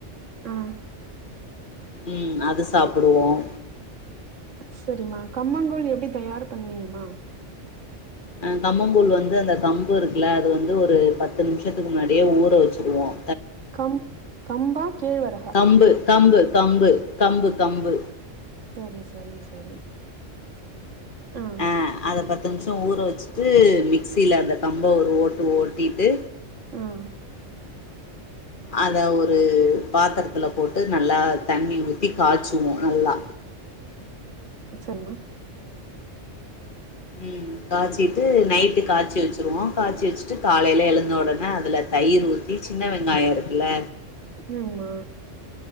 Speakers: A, on the right; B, on the left.
A: ம்ம்
B: உம் அது சாப்பிடுவோம்
A: சரிம்மா கம்பங்கூழ் எப்டி தயார் பண்ணுவீங்கமா
B: அஹ் கமங்கூழ் வந்து அந்த கம்பு இருக்குல்ல அது வந்து ஒரு பத்து நிமிஷத்துக்கு முன்னாடியே ஊற வச்சிருவோம்
A: கம் கம்பா கேழ்வரக
B: கம்பு கம்பு கம்பு கம்பு கம்பு
A: சரி சரி சரி ஆஹ்
B: ஆ அத பத்து நிமிஷம் ஊற வச்சிட்டு மிக்சியில அந்த கம்ப ஒரு ஓட்டு ஓட்டிட்டு
A: உஹம்
B: அத ஒரு பாத்திரத்துல போட்டு நல்லா தண்ணி ஊத்தி காய்ச்சுவோம் நல்லா
A: சொல்மா
B: உம் காய்ச்சிட்டு நைட்டு காய்ச்ச வச்சிருவோம் காய்ச்ச வச்சுட்டு காலையில எழுந்த உடனே அதுல தயிர் ஊத்தி சின்ன வெங்காயம் இருக்குல்ல
A: ஆமா